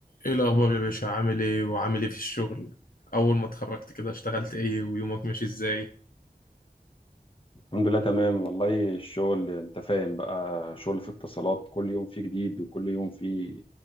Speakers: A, on the left; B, on the left.
A: ايه الاخبار يا باشا عامل ايه وعامل ايه في الشغل اول ما اتخرجت كده اشتغلت ايه ويومك ماشي ازاي
B: الحمد لله تمام والله الشغل انت فاهم بقى شغل في اتصالات كل يوم فيه جديد وكل يوم فيه